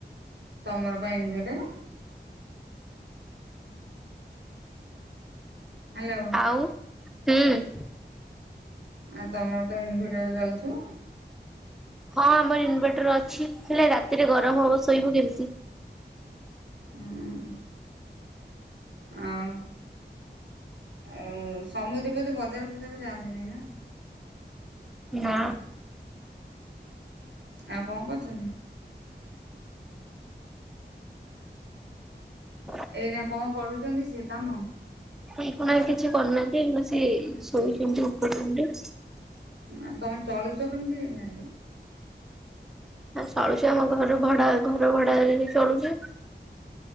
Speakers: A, on the right; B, in the centre.
A: ତମର ପା ଇନଭଟର? ହ୍ୟାଲୋ।
B: ଆଉ ହୁଁ।
A: ଆ ତମର ତ ଇନଭର୍ଟର ରେ ଚାଲୁଥିବ।
B: ହଁ ଆମର ଇନଭର୍ଟର ଅଛି ହେଲେ ରାତିରେ ଗରମ ହବ ଶୋଇବୁ କେମିତି?
A: ହୁଁ। ଆଉ ଏ ସମୁଦି ବୋଧେ ବଜାର ଫଜାର ଯାଆନ୍ତିନି ନା?
B: ନା।
A: ଆଉ କଣ କରୁଛନ୍ତି?
B: ହଁ
A: ଏଇନା କଣ କରୁଛନ୍ତି ସେ କାମ?
B: ସେ କଣ କିଛି କରିୁନାହାନ୍ତି ଏଇନୁ ଆସି ଶୋଇଛନ୍ତି ଉପର ରୁମରେ।
A: ଆ ତମେ ଚଳୁଚ କେମିତି ଏଇନାରେ?
B: ହ ଚଳୁଚୁ ଆମ ଘର ଭଡା ଘର ଭଡା ରେ ବି ଚଳୁଛୁ।